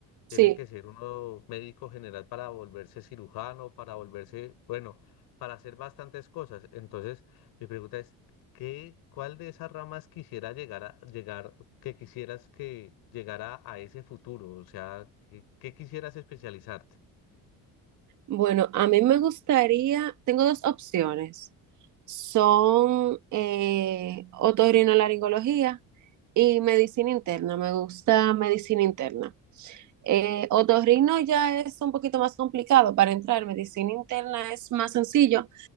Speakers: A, on the left; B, on the right.
A: Tiene
B: Sí,
A: que ser uno médico general para volverse cirujano, para volverse, bueno, para hacer bastantes cosas. Entonces, mi pregunta es, ¿Qué, cuál de esas ramas quisiera llegar a llegar, que quisieras que llegara a ese futuro? O sea, ¿qué, qué quisieras especializarte?
B: Bueno, a mí me gustaría, tengo dos opciones. Son eh, otorrinolaringología y medicina interna. Me gusta medicina interna. Eh, otorrino ya es un poquito más complicado para entrar, medicina interna es más sencillo,